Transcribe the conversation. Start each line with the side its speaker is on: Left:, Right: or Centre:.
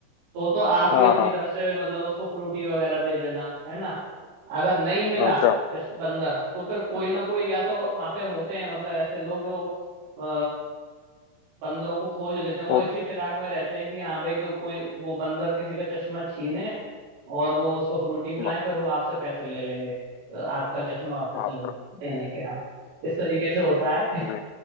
Right: तो तो आप
Left: हाँ
Right: ही अपनी
Left: हाँ
Right: तरफ से मतलब उसको फ्रूटी वगैरह दे देना है ना अगर नहीं मिला
Left: अच्छा
Right: चश, बंदर तो फिर कोई
Left: अच्छा
Right: ना कोई या तो वहां पे होते हैं मतलब ऐसे लोग जो अ, बंदरों को खोज लेते हैं वो
Left: ओ
Right: इसी फिराक में रहते हैं कि हाँ भाई क्यों कोई वो बंदर किसी का चश्मा छीने और वो उसको फ्रूटी पिलाएं
Left: बा-
Right: फिर वो आपसे पैसे ले लेंगे तो आपका चश्मा वापस
Left: बाप
Right: लेने के देने के हाँ इस तरीके से होता है
Left: रे नहीं